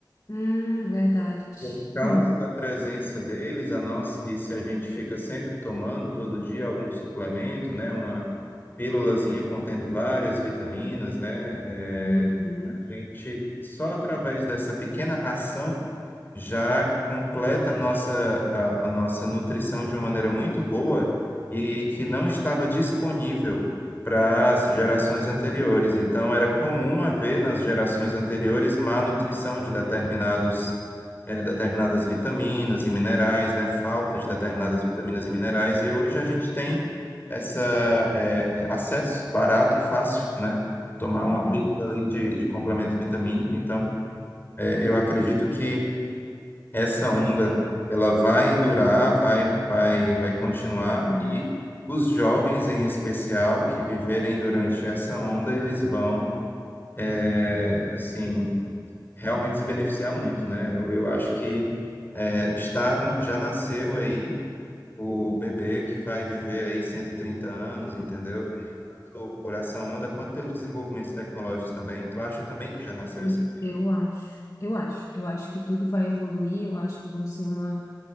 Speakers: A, on the left; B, on the left.
A: Hum, verdade. <laughs>
B: Por causa
A: Hum.
B: da presença deles, a nós, e se a gente fica sempre tomando todo dia algum suplemento, né, uma pílulazinha contendo várias vitaminas, né, eh,
A: Uhum.
B: a gente, só através dessa pequena ação, já completa a nossa, a, a nossa nutrição de uma maneira muito boa e que não estava disponível para as gerações anteriores. Então, era comum haver nas gerações anteriores má nutrição de determinados, eh, determinadas vitaminas e minerais, né? Falta de determinadas
A: Uhum.
B: vitaminas e minerais. E hoje a gente tem essa, eh, eh, acesso barato e fácil, né? tomar
A: Verdade.
B: uma pílula ali de, de complemento vitamínico. Então, é, eu acredito que essa onda ela vai durar, vai, vai, vai continuar
A: Uhum.
B: e os jovens em especial que viverem durante essa onda, eles vão é, assim realmente se beneficiar muito, né? Eu, eu acho que é, está já nasceu aí o bebê que vai viver aí 130 anos, entendeu? Tanto por essa onda quanto pelos desenvolvimentos tecnológicos também. Tu acha também que já nasceu
A: Sim,
B: esse?
A: eu acho. Eu acho. Eu acho que tudo vai evoluir. Eu acho que vão ser uma,